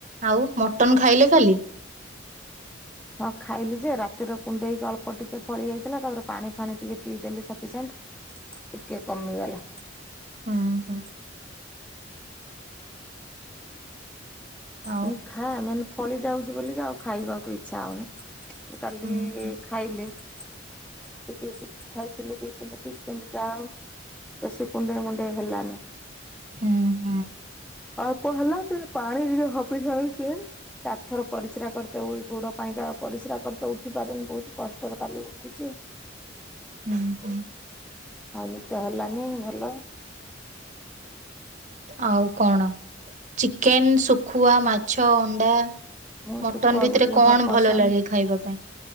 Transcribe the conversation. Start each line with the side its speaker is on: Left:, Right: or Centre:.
Right: ଆଉ ମଟନ ଖାଇଲେ କାଲି?
Centre: ହଁ ଖାଇଲି ଯେ ରାତିରେ କୁଣ୍ଡେଇକି ଅଳ୍ପ ଟିକେ ଫଳି ଯାଇଥିଲା ତାପରେ ପାଣି ଫାଣି ଟିକେ ପିଇଦେଲି ସଫିସିଣ୍ଟ। ଟିକେ କମି ଗଲା।
Right: ହୁଁ ହୁଁ। ଆଉ
Centre: ମୁଁ ଖାଏ ମାନେ ଫଳି ଯାଉଚି ବୋଲି ଆଉ ଖାଇବାକୁ ଇଚ୍ଛା ହଉନି ମୁଁ କାଲି
Right: ହୁଁ ହୁଁ
Centre: ଖାଇଲି ଦି ପିସ୍ ଖାଇଥିଲି ଦି ଦିନ ପିସ୍ କିନ୍ତୁ ତା ବେଶୀ କୁଣ୍ଡେଇ ମୁଣ୍ଡେଇ ହେଲାନି।
Right: ହୁଁ। ହୁଁ
Centre: ଅଳ୍ପ ହେଲା କିନ୍ତୁ ପାଣି ଟିକେ ଶପିଂସେଣ୍ଡ ପିଲି ଚାରି ଥର ପରିସ୍ରା କରିତେ ଓଇ ଗୋଡ ପାଇଁକା ଆଉ ପରିସ୍ରା କରିତେ ଉଠି ପାରୁନି ବହୁତ କଷ୍ଟର କାଲି ଉଠିଛି।
Right: ହୁଁ ହୁଁ।
Centre: ଆଉ ନିଦ ହେଲାନି ଭଲ
Right: ଆଉ କଣ ଚିକେନ ଶୁଖୁଆ ମାଛ ଅଣ୍ଡା
Centre: ମୁଁ
Right: ମଟନ
Centre: ଶୁଖୁଆକୁ
Right: ଭିତରେ
Centre: ଟିକେ
Right: କଣ
Centre: ମୋର ପସନ୍ଦ।
Right: ଭଲ ଲାଗେ ଖାଇବା ପାଇଁ?